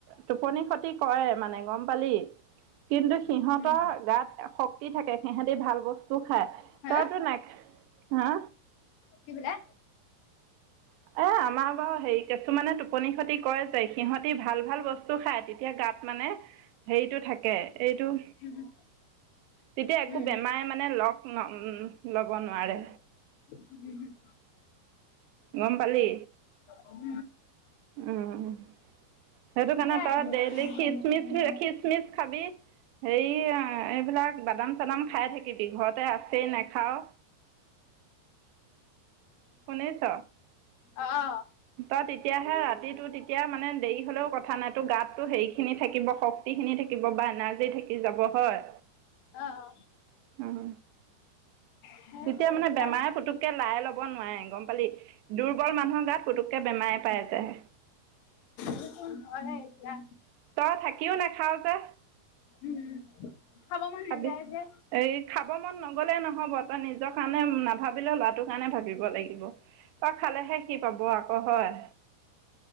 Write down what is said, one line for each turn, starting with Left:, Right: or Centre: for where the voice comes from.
Right: টোপনি খতি কৰে মানে গম পালি, কিন্তু সিহঁতৰ
Left: উম
Right: গাত শক্তি থাকে। সিহঁতি ভাল বস্তু খাই,
Left: হে
Right: তইতো না হা?
Left: কি বোলে?
Right: এ আমাৰ বাৰু হেৰি কিছুমানে টোপনি খতি কৰে যে, সিহঁতি ভাল ভাল বস্তু খায় তেতিয়া গাত মানে হেৰিটো থাকে এইটো
Left: উম
Right: তেতিয়া একো
Left: উম
Right: বেমাৰে মানে লগ ল'ব নোৱাৰে।
Left: উম' হুম'।
Right: গম পালি?
Left: উম।
Right: উম 'সেইটো
Left: সেয়াই
Right: কাৰণে তই
Left: এতিয়া
Right: ডেইলি
Left: কি কৰিবি
Right: খিচমিচ, খিচমিচ খাবি। হেৰি এইবিলাক বাদাম চাদাম খাই থাকিবি, ঘৰতে আছেই নেখাওঁ। শুনিছ?
Left: অ।
Right: তই তেতিয়াহে ৰাতিটো তেতিয়া মানে দেৰি হ'লেও কথা নাই, তোৰ গাতটো হেৰিখিনি থাকিব শ গুটিখিনি থাকিব বা এনাৰ্জী থাকি যাব হয়।
Left: অ অ।
Right: উম,
Left: সেইটো
Right: তেতিয়া মানে
Left: এতিয়া
Right: বেমাৰে পুতুককে লাই লব নোৱাৰে গম পালি। দুৰ্বল মানুহৰ গাত পুতুককে বেমাৰে পাই যাই।
Left: এইটো। মই সেই এতিয়া।
Right: তই থাকিও নাখাও যে।
Left: উম খাব মন
Right: খাবি।
Left: নাযায় যে।
Right: এই খাব মন নগ'লেই নহ'ব। তই নিজৰ কাৰণে নাভাবিলে ল'ৰাটোৰ কাৰণে ভাবিব লাগিব তই খালে হে খি। চাব আক হয়